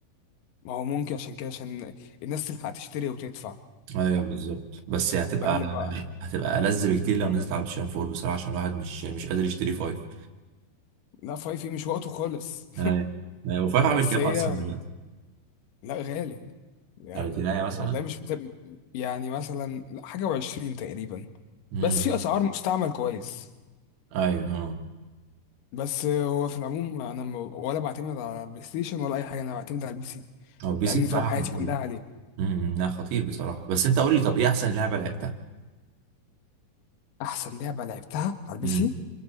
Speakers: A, on the left (about 65°); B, on the right (about 70°).
A: ما هو ممكن عشان كده عشان الناس تلحق تشتري وتدفع
B: ايوه بالظبط بس هتبقى
A: قبل بقى
B: هتبقى ألذ بكتير لو نزلت على بلاي ستيشن 4 بصراحه عشان الواحد مش مش قادر يشتري فايف
A: لا فايف مش وقته خالص
B: ايوه ايوه وفايف عامل
A: <laughs> بس
B: كام
A: هي
B: اصلا دلوقتي؟
A: لا غالي يعني
B: تلاتينية مثلا
A: والله مش مت... يعني مثلا لا، حاجة وعشرين تقريبا
B: امم
A: بس في أسعار مستعمل كويس
B: ايوه اه
A: بس هو في العموم أنا م... ولا بعتمد على البلاي ستيشن ولا أي حاجة أنا بعتمد على البي سي
B: هو بي
A: لأن
B: سي بصراحة
A: فاهم حياتي
B: خطير
A: كلها عليه
B: امم لا خطير بصراحة بس انت قول لي طب ايه احسن لعبة لعبتها
A: أحسن لعبة لعبتها على البي
B: امم
A: سي